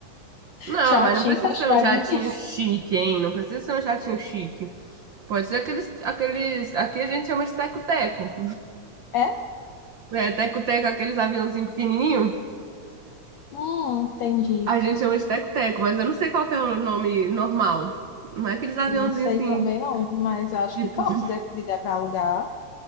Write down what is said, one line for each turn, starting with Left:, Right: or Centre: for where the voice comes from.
Right: Não,
Left: Chatinho,
Right: mas não precisa
Left: <laughs> acho
Right: ser
Left: mais
Right: um jatinho
Left: difícil.
Right: chique, hein? Não precisa ser um jatinho chique. Pode ser aqueles, aqueles. Aqui a gente chama de teco-teco.
Left: É?
Right: É, teco-teco, aqueles aviãozinhos pequenininhos.
Left: Hum, entendi.
Right: A gente chama de teco-teco, mas eu não sei qual que é o nome normal. Não é aqueles aviãozinhos
Left: Não sei
Right: assim,
Left: também não, mas eu acho
Right: tipo.
Left: que top
Right: <laughs>
Left: se der, se der pra alugar.